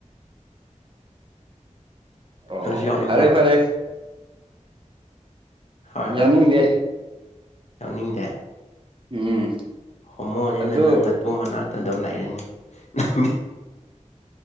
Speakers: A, on the right (about 40°); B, on the left (about 60°).
A: ꯑꯣ
B: ꯅꯪꯁꯨ ꯌꯥꯎꯅꯤꯡꯕ꯭ꯔꯥ
A: ꯐꯔꯦ ꯐꯔꯦ
B: ꯍꯣꯏ
A: ꯌꯥꯎꯅꯤꯡꯗꯦ
B: ꯍꯣꯏ ꯌꯥꯎꯅꯤꯡꯗꯦ
A: ꯎꯝ
B: ꯍꯣꯃ‌ꯣ ꯅꯤꯅ
A: ꯑꯗꯨ
B: ꯅꯪꯅ ꯇꯣ ꯃꯅꯥꯛꯇ ꯑꯗꯨꯝ ꯂꯩꯔꯅꯤ ꯅꯪ